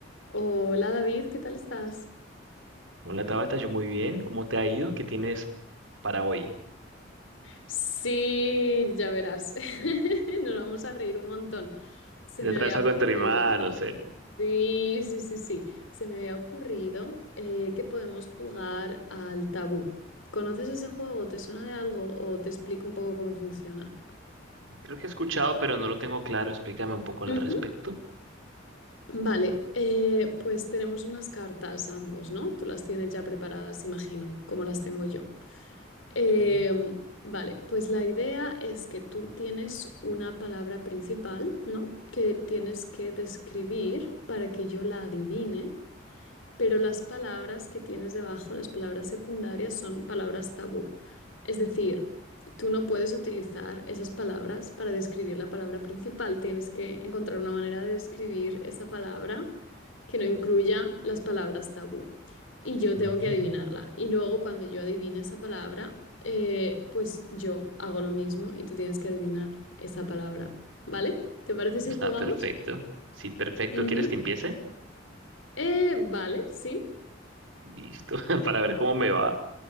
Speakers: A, on the left; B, on the right.
A: Hola David, ¿qué tal estás?
B: Hola Tabata, yo muy bien. ¿Cómo te ha ido? ¿Qué tienes para hoy?
A: Sí, ya verás, <laughs> nos vamos a reír un montón. Se
B: ¿Te
A: me
B: traes
A: había
B: algo
A: ocurrido,
B: entre manos, eh?
A: sí, sí, sí, sí, se me había ocurrido eh, que podemos jugar al tabú. ¿Conoces ese juego? ¿Te suena de algo o te explico un poco cómo funciona?
B: Creo que he escuchado, pero no lo tengo claro. Explícame un poco al
A: Ujú.
B: respecto.
A: Vale, eh, pues tenemos unas cartas ambos, ¿no? Tú las tienes ya preparadas, imagino, como las tengo yo. Em,
B: Bien.
A: vale, pues la idea es que tú tienes una palabra principal, ¿no? Que tienes que describir para que yo la adivine pero las palabras que tienes debajo, las palabras secundarias, son palabras tabú. Es decir, tú no puedes utilizar esas palabras para describir la palabra principal. Tienes que encontrar una manera de describir esa palabra que no incluya las palabras tabú. Y yo
B: Ujú.
A: tengo que adivinarla. Y luego cuando yo adivine esa palabra, eh, pues yo hago lo mismo y tú tienes que adivinar esa palabra. ¿Vale? ¿Te parece si
B: Está
A: jugamos?
B: perfecto. Sí, perfecto.
A: Ujú.
B: ¿Quieres que empiece?
A: Eh, vale, sí.
B: Listo, <laughs> para ver cómo me va.